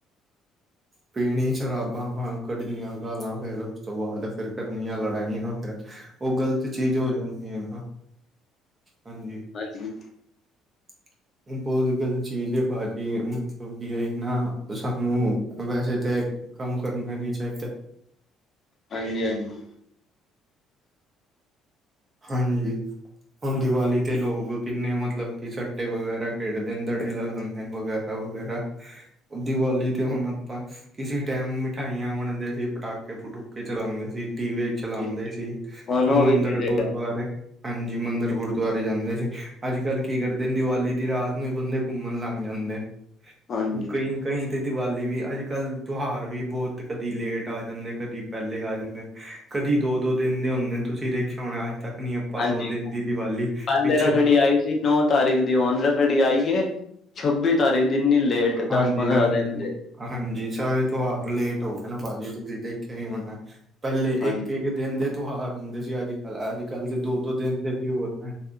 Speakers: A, on the right; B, on the left.
A: ਪੀਣੀ ਸ਼ਰਾਬਾਂ ਪਾਂ ਕੱਢਣੀਆਂ ਗਾਲਾਂ ਫੇਰ ਉਸ ਤੋਂ ਬਾਅਦ ਫਿਰ ਕਰਨੀਆਂ ਲੜਾਈਆਂ ਫਿਰ ਓ ਗ਼ਲਤ ਚੀਜ਼ ਹੋ ਜਾਂਦੀ ਏ ਨਾ। ਹਾਂਜੀ।
B: ਹਾਂਜੀ।
A: <inaudible> ਬੋਤ ਗਲਤ ਚੀਜ਼ ਏ ਪਾਜੀ ਮਤਲਬ ਕੀ ਏਨਾ ਨਾ ਸਾਨੂੰ ਵੈਸੇ ਤੇ ਕੰਮ ਕਰਨਾ ਨੀ ਚਾਇਦਾ।
B: ਹਾਂਜੀ-ਹਾਂਜੀ।
A: ਹਾਂਜੀ। ਹੁਣ ਦੀਵਾਲੀ ਤੇ ਲੋਗ ਕਿੰਨੇ ਮਤਲਬ ਕਿ ਸੱਟੇ ਵਗੈਰਾ ਖੇਡਦੇ ਨੇ ਦੜੇ ਲਗਾਂਦੇ ਨੇ ਵਗੈ ਰਾ-ਵਗੈਰਾ ਦੀਵਾਲੀ ਤੇ ਹੁਣ ਆਪਾਂ ਕਿਸੀ ਟੈਮ ਮਿਠਾਈਆਂ ਵੰਡਦੇ ਸੀ, ਪਟਾਕੇ-ਪਟੂਕੇ ਚਲਾਂਦੇ ਸੀ। ਦੀਵੇ ਚਲਾਂਦੇ
B: ਜੀ।
A: ਸੀ
B: ਹੁਣ ਉਹ
A: ਮੰਦਿਰ,
B: ਵੀ ਨੀ ਰਹੇ।
A: ਗੁਰਦੁਆਰੇ ਹਾਂਜੀ ਮੰਦਿਰ ਗੁਰਦੁਆਰੇ ਜਾਂਦੇ ਸੀ। ਅੱਜ-ਕੱਲ ਕੀ ਕਰਦੇ ਨੇ ਦੀਵਾਲੀ ਦੀ ਰਾਤ ਨੂੰ ਈ ਬੰਦੇ ਕੁੰਮਣ ਲੱਗ ਜਾਂਦੇ ਨੇ।
B: ਹਾਂਜੀ,
A: ਕਈ ਕਈ ਤੇ ਦੀਵਾਲੀ ਵੀ ਅੱਜ-ਕੱਲ ਤੋਹਾਰ ਵੀ ਬੋਤ ਕਦੀ ਲੇਟ ਆ ਜਾਂਦੇ ਕਦੀ ਪੈਲੇ ਆ ਜਾਂਦੇ ਨੇ। ਕਦੀ ਦੋ-ਦੋ ਦਿਨ ਦੇ ਹੁੰਦੇ ਨੇ, ਤੁਸੀਂ ਦੇਖਿਆ ਹੋਣਾ ਅੱਜ ਤੱਕ ਨੀ ਆਪਾਂ
B: ਹਾਂਜੀ
A: ਦੋ ਦਿਨ ਦੀ ਗੱਲ ਏ
B: ਪਹਿਲੇ
A: ਪਿੱਛੇ
B: ਰੱਖੜੀ
A: ਦ
B: ਆਈ ਨੌ ਤਾਰੀਖ ਦੀ ਓੰਜੇ ਖੜੀ ਆਈਏ? ਛੱਬੀ ਤਾਰੀਕ ਦੀ ਇੰਨੀ ਲੇਟ
A: ਹਾਂਜੀ
B: ਦਸ ਪੰਦਰਾਂ
A: ਹਾਂਜੀ
B: ਦਿਨ ਲੇਂ
A: ਹਾਂਜੀ, ਸਾਰੇ ਤਿਉਹਾਰ ਲੇਟ ਹੋ ਗਏ ਨੇ ਭਾਜੀ ਤੁਸੀਂ ਦੇਖਿਆ ਹੀ ਹੁਣ ਐ ਪਹਿਲੇ
B: ਹਾਂਜੀ
A: ਇੱਕ-ਇੱਕ ਦਿਨ ਦੇ ਤਿਉਹਾਰ ਹੁੰਦੇ ਸੀ ਅੱਜ-ਕੱਲ, ਅੱਜ-ਕੱਲ ਦੇ -ਦੋ-ਦੋ ਦਿਨ ਦੇ ਵੀ ਹੋ ਨੇ।